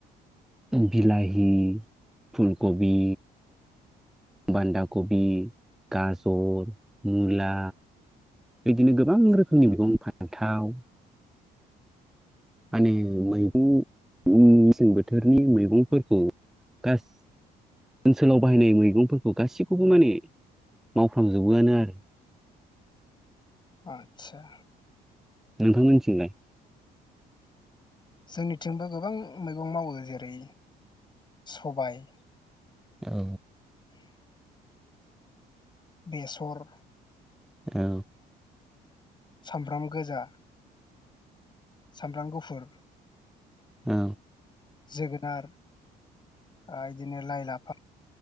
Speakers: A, in the centre; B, on the left.
A: बिलााहि फुलकबि बान्दा कबि गाजर मुला बिदिनो गोबां रोखोमनि मैगं फान्थाव माने मैगं मेसें बोथोरनि मैगंफोरखौ <unintelligible> ओनसोलाव बाहायनाय मैगंफोरखौ गासैखौबो माने मावफ्रामजोबोआनो आरो <inaudible>
B: आतसा
A: नोंथांमोननिथिंलाय
B: जोंनिथिंबो गोबां मैगं मावो जेरै सबाय
A: औ
B: बेसर
A: औ
B: सामब्राम गोजा सामब्राम गुफुर
A: औ
B: जोगोनार आ बिदिनो लाइ लाफा